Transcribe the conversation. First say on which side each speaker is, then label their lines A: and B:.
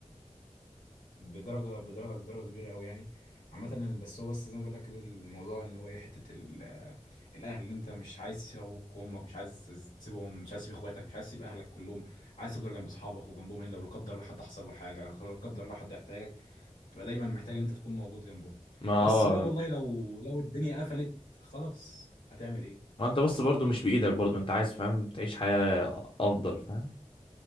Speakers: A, on the left; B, on the left.
A: بدرجه بدرجه بدرجه كبيره قوي يعني عامه بس هو بس زي ما بقول لك كده الموضوع اللي هو ايه حته ال- الاهل اللي انت مش عايز تسيب ابوك وامك مش عايز تسيبهم مش عايز تسيب اخواتك مش عايز تسيب اهلك كلهم عايز تفضل جنب اصحابك وجنبهم هنا لو لا قدر الله حد حصل له حاجه لو لا قدر الله حد يحتاجك فتبقى دايما محتاج ان انت تكون موجود جنبهم
B: ما
A: بس
B: اه
A: بقى والله لو لو الدنيا قفلت خلاص هتعمل ايه
B: ما انت بس برضو مش بإيدك برضو انت عايز فاهم تعيش حياة أفضل فاهم